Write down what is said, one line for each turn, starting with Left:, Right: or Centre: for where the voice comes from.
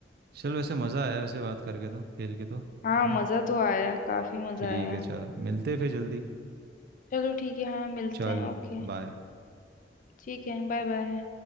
Right: चल वैसे मज़ा आया वैसे बात करके तो खेल के तो है
Left: हाँ मज़ा
Right: ना
Left: तो आया काफ़ी मज़ा
Right: ठीक
Left: आया
Right: है चल मिलते हैं फिर जल्दी
Left: चलो ठीक है हाँ मिलते
Right: चल
Left: हैं ओके
Right: बाय
Left: ठीक है बाय बाय